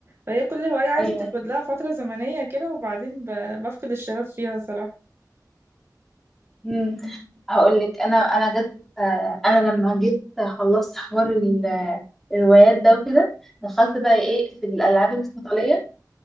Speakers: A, on the right; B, in the centre.
A: فهي كل هواية عادي
B: ايوه
A: بتاخد لها فترة زمنية كده وبعدين ب... بفقد الشغف فيها صراحة
B: امم هقولك انا انا جت انا لما جيت خلصت حوار ال- الروايات ده وكده دخلت بقى ايه في الالعاب القتالية